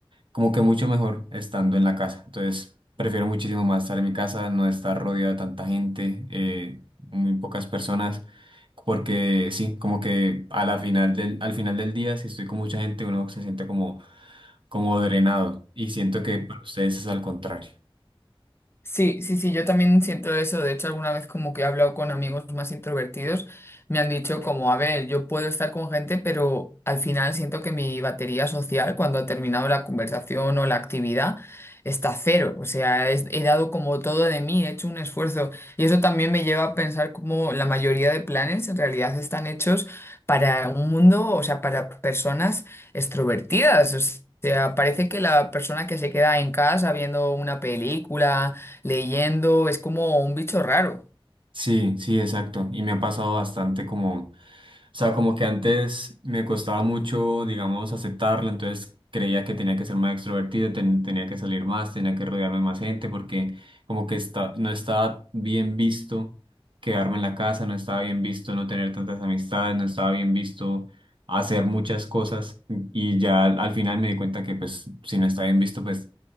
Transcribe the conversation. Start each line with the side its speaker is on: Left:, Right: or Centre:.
Right: como que mucho mejor estando en la casa. Entonces, prefiero muchísimo más estar en mi casa, no estar rodeado de tanta gente, eh, muy pocas personas, porque sí, como que a la final del, al final del día, si estoy con mucha gente, uno se siente como, como drenado y siento que para ustedes es al contrario.
Left: Sí, sí, sí, yo también siento eso. De hecho, alguna vez como que he hablado con amigos más introvertidos, me han dicho como, a ver, yo puedo estar con gente, pero al final siento que mi batería social, cuando ha terminado la conversación o la actividad, está a cero. O sea, es- he dado como todo de mí, he hecho un esfuerzo. Y eso también me lleva a pensar como la mayoría de planes en realidad están hechos para un mundo, o sea, para personas extrovertidas. O sea, parece que la persona que se queda en casa viendo una película, Leyendo es como un bicho raro.
Right: Sí, sí, exacto. Y me ha pasado bastante como... O sea, como que antes me costaba mucho, digamos, aceptarlo, entonces creía que tenía que ser más extrovertido, ten- tenía que salir más, tenía que rodearme de más gente, porque como que está, no estaba bien visto quedarme en la casa, no estaba bien visto no tener tantas amistades, no estaba bien visto hacer muchas cosas y ya al, al final me di cuenta que pues si no está bien visto, pues,